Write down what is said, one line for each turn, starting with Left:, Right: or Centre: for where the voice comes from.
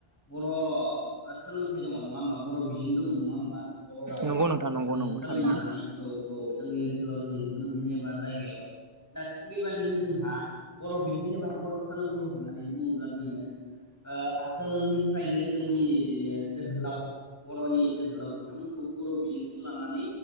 Left: बर' सोलोंथाइ दङ नङा होमबा बर' बिजों दङ नङा होमबा बर' रावजों
Right: नंगौ नोंथां नंगौ नंगौ
Left: सोलोंनो
Right: थारैनो
Left: हानाय औ। जोंनि ओनसोलाव जों नुनो मोनो एबा जायगायाव दा थि बेबायदिनो जोंहा बर' बिजों एबा बर' सोलोंथाइ होननानै बुङोब्ला जोङो ओ आगोलनिफ्रायनो जोंनि जोहोलाव बर'नि जोहोलाव बिथांमोनखौ बर' बिजों लानानै